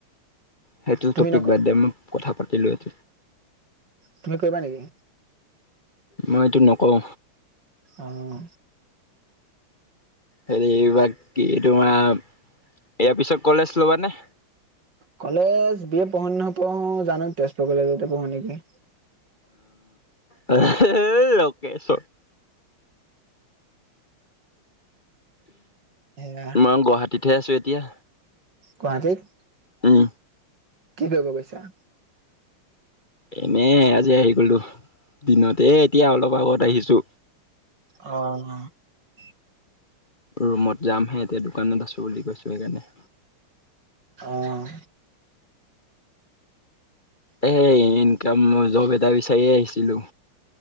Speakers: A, on the left (about 25°); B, on the right (about 55°).
A: সেইটো
B: তুমি
A: টপিক
B: নক
A: বাদ দে, উম কথা পাত <unintelligible>
B: তুমি কৰিবা নেকি?
A: মই এইটো নকওঁ
B: অঁ
A: হেৰি, বাকী তোমাৰ, ইয়াৰ পিছত কলেজ ল'বানে?
B: কলেজ বি এ পঢ়ো নহাপঢ়ো জানো তেজপুৰ কলেজতে পঢ়ো নেকি
A: আহ লকেশ
B: এয়া
A: মই গুৱাহাটীতহে আছো এতিয়া কিয়া
B: গুৱাহাটীত
A: উম
B: কি কৰিব গৈছা?
A: এনেই আজি আহি গলো দিনতে এতিয়া অলপ আগত আহিছো
B: অঁ
A: ৰুমত যামহে এতিয়া দোকানত আছো বুলি কৈছো সেইকাৰণে
B: অঁ
A: এ ইনকামৰ জব এটা বিচাৰিয়ে আহিছিলো